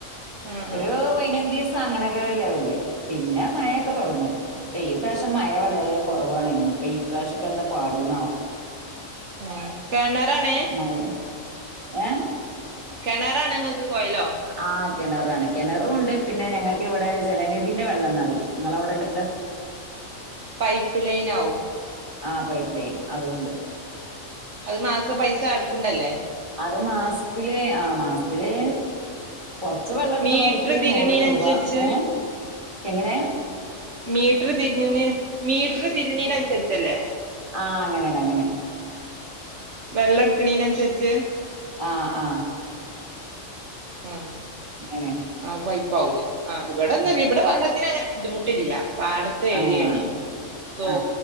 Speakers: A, on the right; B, on the right.
A: ആ
B: ഒരു
A: ആ
B: പൈനഞ്ചീസ അങ്ങനൊക്കെ ഒരു ലെവലില് പിന്നെ മഴയൊക്കെ തുടങ്ങും പക്ഷെ ഈ പ്രാവശ്യം മഴ വളരെ കുറവാണ് ഇഞ്ഞിപ്പം ഈ പ്രാവശ്യം എന്താ പാടുന്നാവോ
A: ആ കെണറാണ്
B: മഴ ഏ
A: കെണറാണ് ങ്ങക്ക് ത് കൊയല്ലോ
B: ആ കിണറാണ് കിണറും ഉണ്ട് പിന്നെ ഞങ്ങൾക്ക് ഇവിടെ ജലനിധിന്റെ വെള്ളംന്നറിം നിങ്ങളവിടെണ്ട്
A: പൈപ്പ് ലൈനാവും
B: ആഹ് പൈപ്പ് ലൈന് അതുണ്ട്
A: അത് മാസ പൈസ അടക്ക്ണല്ലേ?
B: അത് മാസത്തില് ആ മാസത്തില് കൊറച്ച് വെള്ളം ഇട്ക്ക്ണോര്ക്ക്
A: മീറ്റർ തിരിണീനൻസരിച്ച്
B: നൂറ് രൂപ ഏഹ് എങ്ങനേ
A: മീറ്റർ തിരിഞ്ഞ്ണ്ണ് മീറ്റർ തിരിണീന് അന്സരിച്ചല്ലേ
B: ആ അങ്ങനെയാണ് അങ്ങനെയാണ്
A: വെള്ളം ഇട്ക്ക്ണീനന്സരിച്ച്
B: ആഹ് ആഹ്
A: ഉം
B: അങ്ങനെയാണ്
A: ആ പൈ പ്പാകുലേ ആ ഇവിടെന്നുല്ല്യ
B: ആ
A: ഇവിടെ വെള്ളത്തിന ബുദ്ധിമുട്ടില്ല പാടത്ത്
B: ആ
A: ഏര്യാണ്
B: അതെ
A: തോ
B: ആ